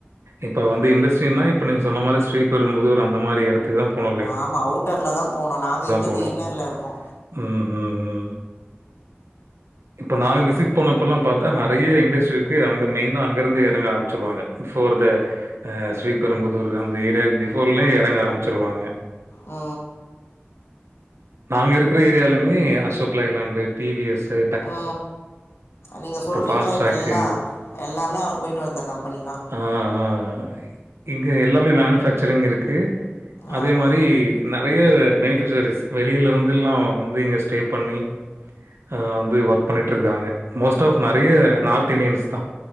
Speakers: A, on the right (about 85°); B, on the left (about 75°).
A: இப்ப வந்து இண்டஸ்ட்ரின்னா இப் ப்ப நீங்க சொன்ன மாரி ஸ்ரீபெரும்புதூர் அந்த மாரி எடத்துக் தா போனு
B: ஆமா அவுட்டர்ல தா போனு நாங்க இருக்கற்து
A: போணும்.
B: இன்னர்ல இருக்கோ
A: ம் ம் ம் இப்ப நாங்க விசிட் பண்ணப்பல்லா பாத்தா நெறைய இண்டஸ்ட்ரிருக்கு அங்க மெயின்னா அங்க இருந்து எறங்க ஆரம்பிச்சிருவாங்க பிஃபோர் த அ ஸ்ரீபெரும்புதூர் அந்த ஏரியாக் பிஃபோர்லயே எறங்க ஆரம்பிச்சிருவாங்க
B: ஆ
A: நாங்க இருக்குற ஏரியாலயுமே Ashok Leyland T V S ஸு
B: அ நீங்க சொல்றீங்கள
A: ஃபாஸ்ட் ட்ராக்
B: இப்பெல்லா எல்லாமே அவர் போயிட்டு வந்த கம்பெனி தா
A: அ அ அ இங்க எல்லாமே மேனுஃபேக்ச்சரிங் இருக்கு அதே
B: ஆமாம்
A: மாரி நெறைய பெனிஃபிஷரிஸ் வெளியில இருந்துல்லா வந்து இங்க ஸ்டே பண்ணி அ வந்து ஒர்க் பண்ணிட்ருக்காங்க மோஸ்ட் ஆஃப் நெறைய நார்த் இண்டியன்ஸ் தா